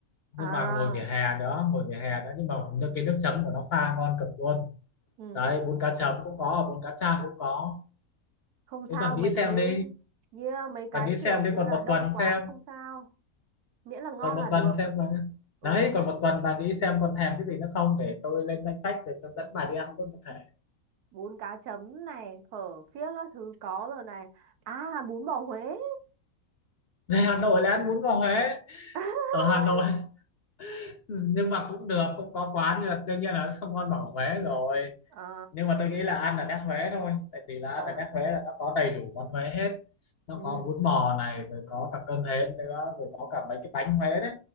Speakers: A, on the left; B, on the right.
A: nhưng
B: À,
A: mà ngồi vỉa hè đó ngồi vỉa hè đó nhưng mà nước cái nước chấm của nó pha ngon cực luôn
B: ừ.
A: đấy bún cá chấm cũng có bún cá chan cũng có
B: Không sao
A: đấy bạn nghĩ
B: mấy
A: xem
B: cái
A: đi
B: yeah, mấy cái
A: bạn nghĩ xem
B: kiểu
A: đi
B: như
A: còn
B: là
A: một
B: đông
A: tuần
B: quá
A: xem
B: cũng không sao. Miễn là ngon
A: còn một
B: là được.
A: tuần xem là
B: Ừ,
A: đấy còn
B: một
A: một tuần bà nghĩ xem còn thèm cái gì nữa không để tôi lên danh sách để tôi dẫn bà đi ăn luôn có thể
B: bún cá chấm này, phở phiếc các thứ có rồi này. À, bún bò Huế.
A: về Hà Nội là ăn bún bò Huế
B: <laughs>
A: ở Hà Nội <laughs> nhưng mà cũng được cũng có quán nhưng mà đương nhiên là nó không ngon bằng ở Huế rồi
B: Ờ,
A: nhưng mà tôi nghĩ là ăn ở nét Huế thôi tại vì là
B: ờ.
A: ăn ở nét Huế là nó có đầy đủ món Huế hết nó
B: Ừ,
A: có bún bò này rồi có cả cơm hến nữa rồi có cả mấy cái bánh Huế đấy